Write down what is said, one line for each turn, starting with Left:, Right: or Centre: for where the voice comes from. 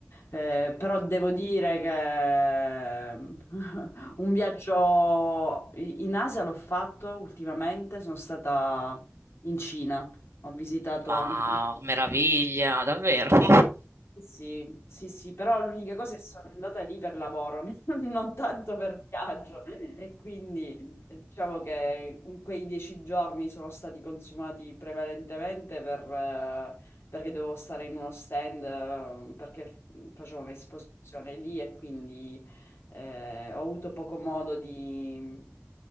Left: Eh, però devo dire che <laughs> un viaggio in Asia l'ho fatto ultimamente, sono stata in Cina. Ho visitato
Right: Ma
Left: anche...
Right: meraviglia, davvero. <laughs>
Left: Sì, sì, sì, però l'unica cosa è che sono andata lì per lavoro, <laughs> non tanto per viaggio. E quindi eh, diciamo che in quei dieci giorni sono stati consumati prevalentemente per, eh, perché dovevo stare in uno stand, eh, perché facevo un'esposizione lì e quindi eh, ho avuto poco modo di,